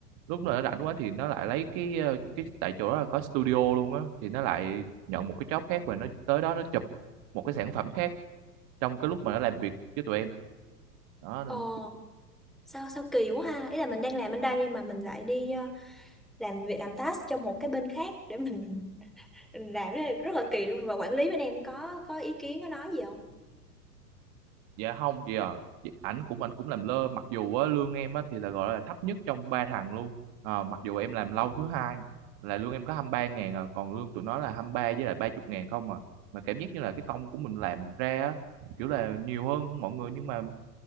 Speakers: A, on the right (about 45°); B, in the centre.
A: lúc nào nó rảnh quá thì nó lại lấy cái ờ, cái tại chỗ đó là có studio luôn á thì nó lại nhận một cái job khác và nó tới đó nó chụp một cái sản phẩm khác trong cái lúc mà nó làm việc với tụi em đó
B: Ờ
A: nên
B: sao sao kỳ quá ha. Ý là mình đang làm bên đây mà mình lại đi ờ, làm việc làm task cho một cái bên khác để mình <laughs> mình làm cái này rất là kỳ luôn và quản lý bên em có có ý kiến có nói gì không?
A: dạ không chị à Chị- ảnh cũng ảnh cũng làm lơ mặc dù á, lương em á, thì là gọi là thấp nhất trong ba thằng luôn Ờ, mặc dù em làm lâu thứ hai là lương em có 23 ngàn à, còn lương tụi nó là 23 với lại 30 ngàn không à mà cảm giác như là cái công của mình làm ra á, kiểu là nhiều hơn mọi người nhưng mà